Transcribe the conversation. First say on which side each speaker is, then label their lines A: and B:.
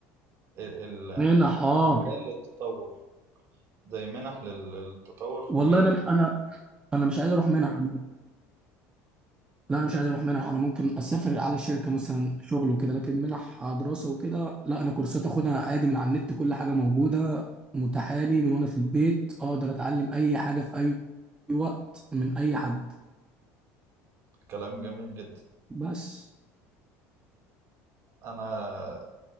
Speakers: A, on the right; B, on the right.
A: ال- ال-
B: منح اه
A: المجال للتطور زي منح لل- للتطور في
B: والله
A: المجال
B: انا انا انا مش عايز اروح منح لا انا مش عايز اروح منح انا ممكن اسافر على الشركه مثلا شغل وكده لكن منح دراسه وكده لا انا كورسات اخدها عادي من على النت كل حاجه موجوده متاحه لي من وانا في البيت اقدر اتعلم اي حاجه في اي وقت من اي حد
A: كلام جميل جدا
B: بس
A: انا